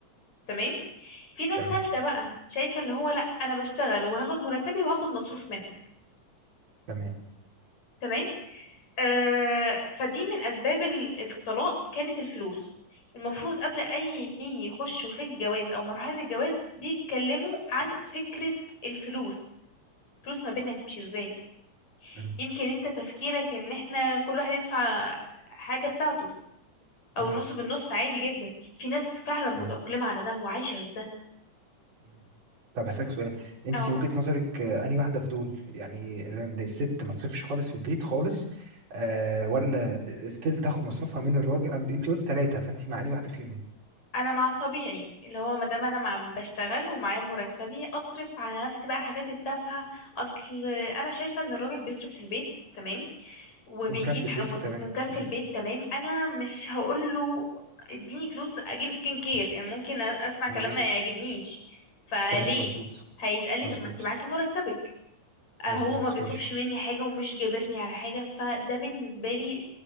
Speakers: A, on the left; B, on the right.
A: تمام في ناس
B: تمام
A: تالتة بقى شايفة اللي هو لا انا بشتغل وهاخد مرتبي وهاخد مصروف منه
B: تمام
A: تمام آه، فدي من اسباب ال- الطلاق كانت الفلوس المفروض قبل اي اتنين يخشوا في الجواز او مرحلة الجواز بيتكلموا عن فكرة الفلوس الفلوس ما بينها هتمشي ازاي
B: مم،
A: يمكن انت تفكيرك ان احنا كل واحد يدفع حاجة بتاعته
B: مم،
A: او النص بالنص عادي جدا في ناس فعلا متأقلمة
B: مم.
A: على ده وعايشة بده
B: مم. طب هسألك سؤال انت
A: اه
B: وجهة نظرك آه، انهي واحدة في دول يعني لأن الست ما تصرفش خالص في البيت خالص آه ولا ستيل تاخد مصروفها من الراجل أم- انت قلت ثلاثة فانت مع انهي واحدة فيهم يعني
A: انا مع الطبيعي اللي هو ما دام انا مع بشتغل ومعايا مرتبي اصرف على نفسي بقى الحاجات التافهه اصل انا شايفه ان الراجل بيصرف في البيت تمام وبيجيب
B: ومكفي البيت
A: ح- مس-
B: وتمام
A: مكفل
B: مم،
A: بيت تمام انا مش هقول له اديني فلوس اجيب سكين كير يعني ممكن أ- اسمع
B: مظبوط
A: كلام ما يعجبنيش فليه
B: تمام مظبوط
A: هيتقالي
B: مظبوط
A: طب ما انت معاكي مرتبك آه،
B: مظبوط
A: هو ما بيطلبش
B: ماشي
A: مني حاجة ومش جابرني على حاجة فده بالنسبة لي